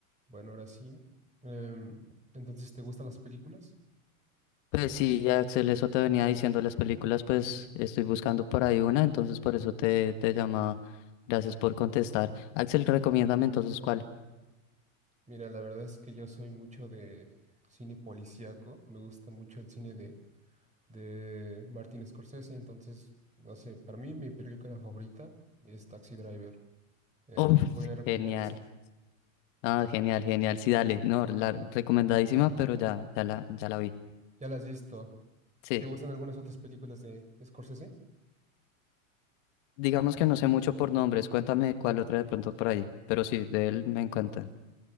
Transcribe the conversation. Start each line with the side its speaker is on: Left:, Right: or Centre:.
Right: Bueno, ahora sí. Em, entonces, ¿te gustan las películas?
Left: Pues sí, Axel, eso te venía diciendo las películas, pues estoy buscando por ahí una, entonces por eso te, te llamaba. Gracias por contestar. Axel, recomiéndame entonces cuál.
Right: Mira, la verdad es que yo soy mucho de cine policíaco. Me gusta mucho el cine de, de Martin Scorsese. Entonces, no sé, para mí mi película favorita es Taxi Driver. Eh,
Left: Uf,
Right: te podría recomendar
Left: genial.
Right: esa.
Left: Ah, genial, genial. Sí, dale. No, la recomendadísima, pero ya, ya la, ya la vi.
Right: Ya la has visto.
Left: Sí.
Right: ¿Te gustan algunas otras películas de Scorsese?
Left: Digamos que no sé mucho por nombres. Cuéntame cuál otra de pronto por ahí. Pero sí, de él me encantan.